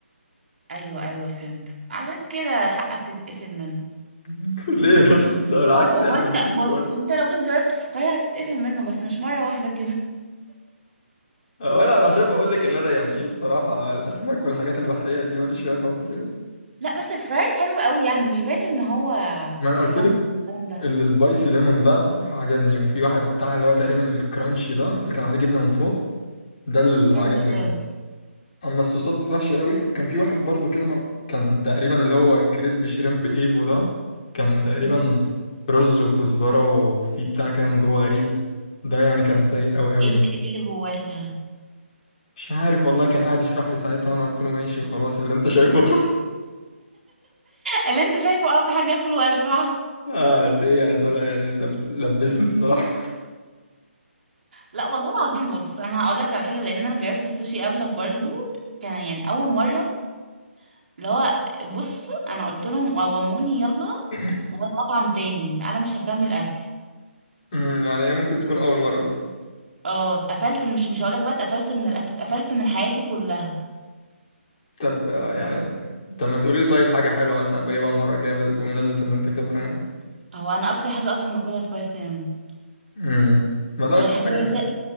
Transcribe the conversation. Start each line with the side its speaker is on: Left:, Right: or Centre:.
Right: ايوه ايوه فهمتك عشان كده حقك تتقفل منه
Left: <laughs> ليه بس ده بالعكس
Right: او او
Left: يعني المفروض
Right: انت
Left: يكون
Right: بص
Left: كويس
Right: انت لو جيت جربته في القاهرة هتتقفل منه بس مش مرة واحدة كده
Left: آه، ولا عشان بقول لك اللي انا يعني ايه الصراحه الاسماك والحاجات البحريه دي ماليش فيها خالص يعني
Right: لا بس الفرايد حلو قوي يعني مش باين ان هو
Left: ما انا قلت
Right: سمك
Left: لك
Right: الكلام ده
Left: السبايسي ليمون ده الصراحه عجبني وفي واحد بتاع اللي هو تقريبا الكرانشي ده اللي كان عليه جبنه من فوق ده اللي
Right: فرنش
Left: عجبني
Right: رول
Left: برضه اما الصوصات وحشه قوي وكان في واحد برضو كده ما... كان تقريبا اللي هو كريسبي شريمب ايفو ده كان تقريبا
Right: مم.
Left: رز وكزبره وفي بتاع كده من جوه غريب ده يعني كان سيء قوي قوي
Right: ايه اللي ايه اللي جواها <laughs>
Left: مش عارف والله كان قاعد يشرح لي ساعتها وانا قلت له ماشي وخلاص اللي انت شايفه <laughs>
Right: اللي انت شايفه اهم حاجه اكل واشبع
Left: اه بس ايه يعني طلع يعني لب- لبسني الصراحه
Right: لا والله العظيم بص انا هقول لك على حاجه لان انا جربت السوشي قبلك برضو كان يعني اول مره اللي هو بص انا قلت لهم قوموني يلا
Left: <laughs>
Right: والمطعم تاني انا مش هكمل اكل
Left: أمم، يعني هي ممكن تكون اول مره بس
Right: اه اتقفلت مش مش هقول لك بقى اتقفلت من الاكل اتقفلت من حياتي كلها
Left: طب آه، يعني طب ما تقولي لي طيب حاجه حلوه مثلا بجيبها المره الجايه بمناسبه ان انت خبره يعني
Right: هو انا اكتر حاجه اصلا باكلها سبايس سينامون
Left: امم ما ده
Right: هي
Left: اكتر
Right: الحاجه
Left: حاجه
Right: الوحيده